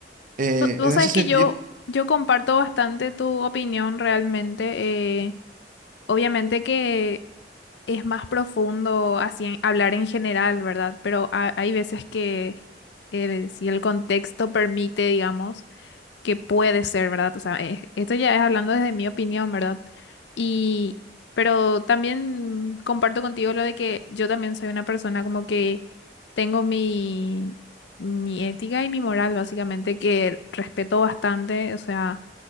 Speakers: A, on the right; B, on the left.
A: Eh,
B: Vo- Vos
A: en
B: sabés
A: ese sentido,
B: que yo, yo comparto bastante tu opinión realmente. eh, obviamente que... es más profundo así en- hablar en general, ¿verdad? Pero ha- hay veces que eh, si el contexto permite, digamos, que puede ser, ¿verdad? O sea, es- esto ya es hablando desde mi opinión, ¿verdad? Y, pero también comparto contigo lo de que yo también soy una persona como que tengo mi, mi ética y mi moral, básicamente, que respeto bastante, o sea